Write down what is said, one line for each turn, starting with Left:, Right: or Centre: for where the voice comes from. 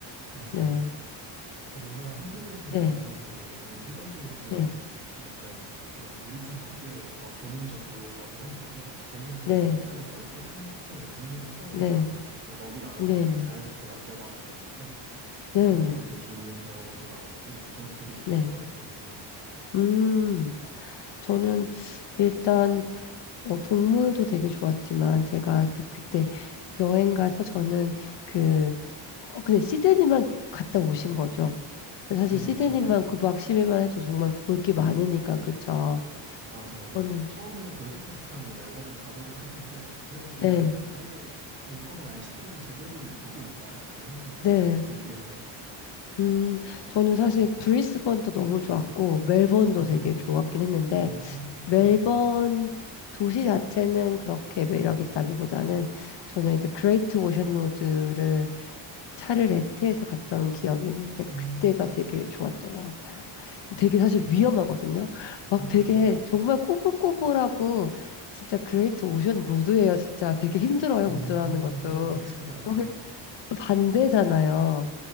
Right: 맞아요.
Left: 네.
Right: 그러니까 뭔가 한국에 있는
Left: 네.
Right: 동물원들은 일반적으로 그냥
Left: 네.
Right: 좀 약간 그냥 유리창 밖에서 보는 정도라고 한다면, 거기는 그래도
Left: 네.
Right: 울타리 넓게 펴놓고 동물들 풀어놓은
Left: 네.
Right: 다음에 뭐 먹이 나눠줘라,
Left: 네. 네.
Right: 자연스럽게 만져봐라 이러니까
Left: 네.
Right: 그런
Left: 네.
Right: 게 되게 좋은 경험으로 남았고, 저한테 되게 좋은
Left: 네.
Right: 추억이거든요.
Left: 음. 저는 일단 어, 동물도 되게 좋았지만 제가 그- 그때 여행 가서 저는 그, 어, 근데 시드니만 갔다 오신 거죠. 사실
Right: 네,
Left: 시드니만
Right: 저는
Left: 9박 10일만 해도 정말 볼 게 많으니까, 그쵸?
Right: 맞아요.
Left: 저는,
Right: 처음에는 골드코스트랑 뭐 멜버른 가볼까 했는데, 그래도
Left: 네,
Right: 그냥 아예 놀 거면 아예 시드니를 제대로 보고 오자라는 생각이 들어서
Left: 네.
Right: 그냥 길게 잡았었어요.
Left: 음, 저는 사실 브리스번도 너무 좋았고, 멜번도
Right: 어,
Left: 되게 좋았긴 했는데,
Right: 어,
Left: 멜번
Right: 네.
Left: 도시 자체는 그렇게 매력 있다기보다는 저는 이제 그레이트 오션 로드를 차를 렌트해서 갔던 기억이 있는데
Right: 음,
Left: 그때가 되게 좋았던 것 같아요. 되게 사실
Right: 어,
Left: 위험하거든요.
Right: 어, 어,
Left: 막
Right: 어,
Left: 되게
Right: 그래요?
Left: 정말 꼬불꼬불하고 진짜 그레이트 오션 로드예요. 진짜 되게 힘들어요.
Right: 음,
Left: 운전하는 것도.
Right: 어, 되게 신기하다.
Left: 거기 또 반대잖아요.